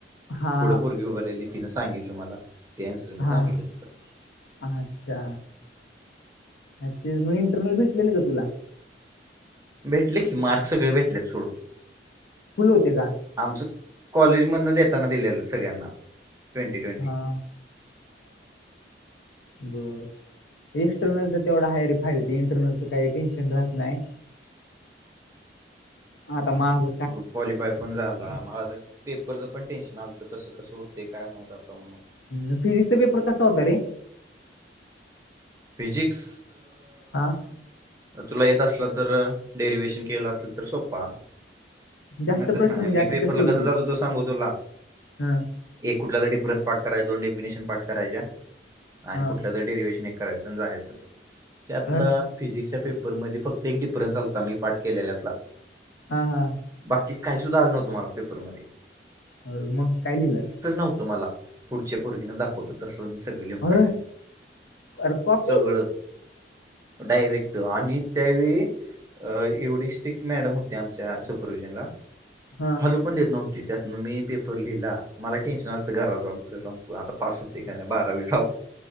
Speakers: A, on the left; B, on the right.
A: हा
B: पुथडं परगी उभर राहिली तिनं सांगितलं मला त्यानुसर
A: हा
B: मी सांगितलं
A: हा
B: त
A: अच्छा अचछ मी इंटरनल भेटलेले ग तुला.
B: भेटले की मार्कस सगळे भेटलेत सोडून.
A: फुल होते का.
B: आमचं कॉलेजमधनच येताना दिलेलं सगळ्यांना ट्वेंटी ट्वेंटी.
A: हा ब. एक्स्टर्नलचा तेवढा आहेय रे फायदा हो इंटर्नलचं काही टेन्शन राह नाही.
B: <inaudible>
A: हाता माझ.
B: ग्रुप क्वालिफाय पण झाला मला तर. पेपरचं पण टेन्शन आलंत कसं कसं होते काय माहित आता म्हणून.
A: ह फिजिक्स चा पेपर कसा होत रे.
B: फिजिकिक्स.
A: हा
B: तुला येत असला तर डेरिवे्शन केलं असेल तर सोपपा.
A: जास्त
B: नाही तर
A: प्रश्न
B: नाही
A: म्हणजे
B: मी
A: असे
B: पेपरला
A: कसे होते
B: कस जातो तो सांगू तुला.
A: हा
B: एक कुठला तर डफरनस पाठ कराय दोन डेफिनेशन पाठ करायच्या आणि
A: हा
B: कुठल्या तर डेरिवेशन. करायच जायचं तर त्यातलं.
A: अ
B: फिजिक्सच्या पेपरमध्येध्ये फक्त एक डिफरन्स चाता मी पाठ केलेल्यातला.
A: हा हा.
B: बाकी काही सुद्धा आलं नव्हतुम्हाला पेपरमध्येध्ये.
A: हो मग काय लिला.
B: नव्हतं मला पुढच्या पोर्गीन दाखवतो तसं मी सगळे
A: अ
B: लिहून काढले.
A: अरे कॉपी
B: सगळं डायरेक्ट आणि त्यावे अ एवढी स्ट्रिक्ट मॅडम होती आमच्या सुपरवि्हजनला
A: हा
B: हॅलो. पण देत नव्हती त्यातन मी पेपर लिहिला मला टेन्शन लागत घरात जाऊन खरं सांगतो आता पास होते का नाही बारावीस.